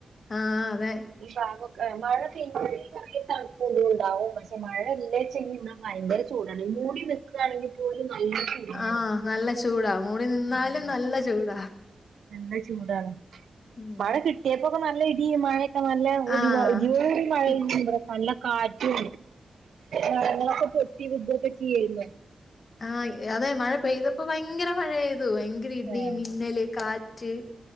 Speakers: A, on the left; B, on the right.
A: ആഹ് അതെ
B: ഈ ഭാഗക്കെ മഴ പെയ് <unintelligible> തണ്പ്പുണ്ടാവും പഷേ മഴഇല്ലേച്ചെ <unintelligible> ഭയങ്കര ചൂടാണ് ഈ മൂടി നിക്കാണെങ്കിപോലും നല്ല ചൂടാണ്
A: ആഹ് നല്ല ചൂടാ മൂടി നിന്നാലും
B: ഉം
A: നല്ല ചൂടാ
B: നല്ല ചൂടാണ്
A: ഉം
B: മഴ കിട്ടിയപ്പോക്കെ നല്ല ഇടിം മഴേം നല്ല ഇടിവാ
A: ആഹ്
B: ഇടിയോട്കൂ‌ടി മഴ
A: കി
B: <unintelligible> ഇബടെ നല്ല കാറ്റും മരങ്ങളോ പൊട്ടി വികൊക്കെ ചെയ്യായിരുന്നു
A: ആഹ അതെ മഴ പെയ്തപ്പോ ഭയങ്കര മഴയത് ഭയങ്കര ഇടി
B: ഏഹ്
A: മിന്നല് കാറ്റ്